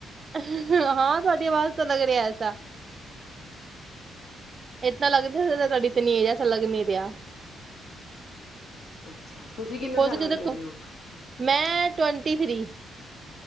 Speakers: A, on the right; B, on the left.
A: ਅਹੰ ਹਾਂ ਤੁਹਾਡੀ ਆਵਾਜ਼ ਤੋਂ ਲੱਗ ਰਿਹਾ ਐਸਾ ਐਸਾ ਲੱਗਦਾ ਤੁਹਾਡੀ ਤੇ ਇਤਨੀ ਏਜ ਐ ਐਸਾ ਲੱਗ ਨਹੀਂ ਰਿਹਾ
B: ਅੱਛਾ ਤੁਸੀਂ ਕਿੰਨੇ
A: ਹੋ
B: ਸਾਲਾਂ
A: ਸਕੇ
B: ਦੇ
A: ਤਾਂ
B: ਹੈਗੇ ਔ
A: ਮੈਂ ਟਵਂਟੀ ਥ੍ਰੀ